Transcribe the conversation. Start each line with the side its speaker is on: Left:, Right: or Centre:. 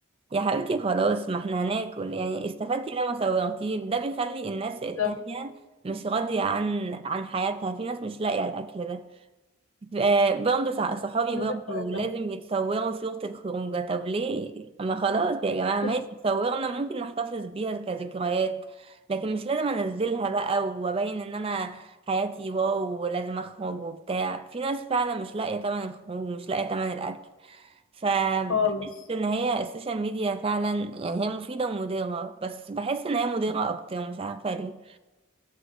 Right: يا حبيبتي خلاص ما احنا هناكل يعني استفدتي لما صوغتيه ده بيخلي الناس
Left: بالظبط
Right: التانية مش راضيه عن عن حياتها في ناس مش لاقيه الاكل ده آه، برضه صع- صحابي
Left: عندك
Right: برضه
Left: حق
Right: لازم
Left: ده.
Right: يتصوروا صورة الخروجة طب ليه؟ ما خلاص يا جماعة ماشي
Left: <laughs>
Right: صورنا ممكن نحتفظ بيها كذكريات لكن مش لازم انزلها بقى وابين ان انا حياتي واو ولازم اخرج وبتاع في ناس فعلا مش لاقية تمن الخروج مش لاقية تمن الاكل فبحس
Left: خالص
Right: ان هي السوشيال ميديا فعلا يعني هي مفيدة ومضرة بس بحس ان هي مضرة اكتر مش عارفة ليه